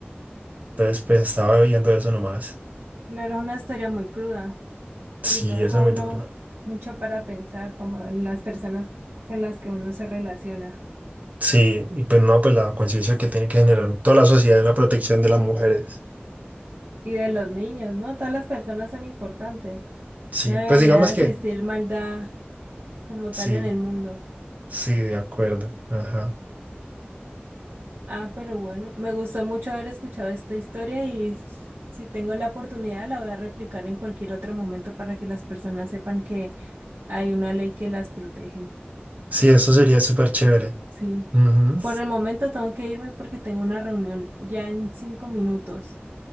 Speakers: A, on the right; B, on the right.
A: Entonces, pues estaba viendo eso nomás.
B: Claro, es una historia muy cruda
A: Sí,
B: y lo deja
A: eso es
B: uno
A: muy duro.
B: mucho para pensar, como en las personas con las que uno se relaciona.
A: Sí, y pues no, pues la conciencia que tiene que generar toda la sociedad en la protección de las mujeres.
B: Y de los niños, ¿no? Todas las personas son importantes.
A: Sí,
B: No debería
A: pues digamos
B: existir
A: que
B: maldad como
A: sí,
B: tal en el mundo.
A: sí, de acuerdo. Ajá.
B: Ah, pero bueno, me gustó mucho haber escuchado esta historia y si tengo la oportunidad la voy a replicar en cualquier otro momento para que las personas sepan que hay una ley que las protege.
A: Sí, eso sería súper chévere.
B: Sí.
A: Ujú.
B: Por el momento tengo que irme porque tengo una reunión ya en cinco minutos.